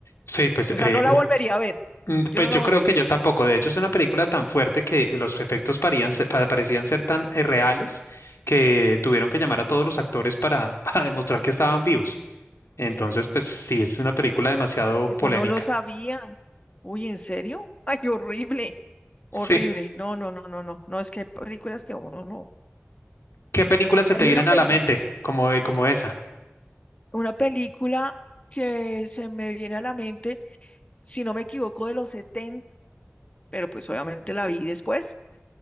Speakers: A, on the left (about 80°); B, on the left (about 30°).
A: Sí, pues,
B: O
A: eh,
B: sea, no la
A: u-
B: volvería a ver.
A: mm,
B: Yo
A: pues
B: no
A: yo
B: la volvería
A: creo que yo
B: a ver.
A: tampoco. De hecho, es una película tan fuerte que los efectos parían se- pa- parecían ser tan eh, reales que tuvieron que llamar a todos los actores para, <laughs> para demostrar que estaban vivos. Entonces, pues sí, es una película demasiado
B: Eso
A: polémica.
B: no lo sabía. Uy, ¿en serio? <laughs> Ay, horrible, horrible.
A: Sí.
B: No, no, no, no, no. No, es que hay películas que uno no.
A: ¿Qué películas se
B: Hay
A: te vienen
B: una peli,
A: a la mente como, como esa?
B: una película que se me viene a la mente, si no me equivoco, de los 70 pero pues obviamente la vi después.